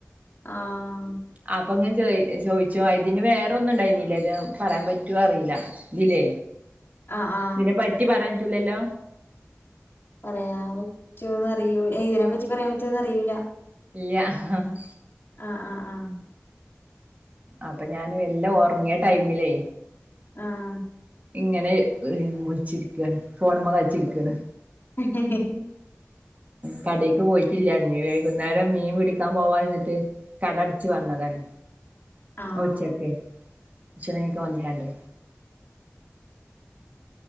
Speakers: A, on the left (about 45°); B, on the right (about 35°).
A: ആഹ്
B: അപ്പൊ ങ്ങനെ ചോയി ചോയിച്ചു. അതിന് വേറെ ഒന്നും ഉണ്ടായിനി ല്ലെ. ഇത് പറയാൻ പറ്റുവോ അറിയില്ല. ഇതില്ലേ,
A: ആഹ് ആഹ്
B: ഇതിനെ പറ്റി പറായാൻ പറ്റൂ ല്ലല്ലോ.?
A: പറയാൻ പറ്റോന്ന് അറിയൂ.. എത് ഈനേപ്പറ്റി പറയാൻ പറ്റോന്ന് അറിയൂല
B: ഇല്ല്യ ഹ ഹ
A: ആഹ് ആഹ് ആഹ്
B: അപ്പൊ ഞൻ വെല്ല ഉറങ്ങിയ ടൈമിലേ
A: ആഹ്..
B: ഇങ്ങനെ വിളിച്ചിരിക്കുവാണ്. ഫോൺമ്മോ കളിച്ചിരിക്കാണ്
A: ഹ് ഹ് ഹ്..
B: കടേക്ക് പോയിട്ടില്ല. ഇഞി വൈകുന്നേരം മീൻ പിടിക്കാൻ പോവാച്ചിട്ട് കടഅട്ച്ചു വന്നതാണ്.
A: ആഹ്
B: ഉച്ചക്കെ ഭക്ഷണ കഴിക്കാൻ വന്ന്ക്കാണ്ടേ